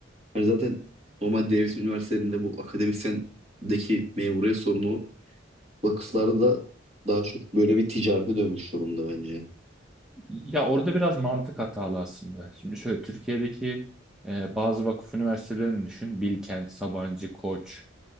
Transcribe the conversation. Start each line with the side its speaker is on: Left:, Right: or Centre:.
Right: Hani zaten normal devlet üniversitelerinde bu akademisyendeki memuriyet sorunu vakıflarda da daha çok böyle bir ticarete dönmüş durumda bence.
Centre: Ya orada biraz mantık hatalı aslında. Şimdi şöyle Türkiye'deki e, bazı vakıf üniversitelerini düşün. Bilkent, Sabancı, Koç.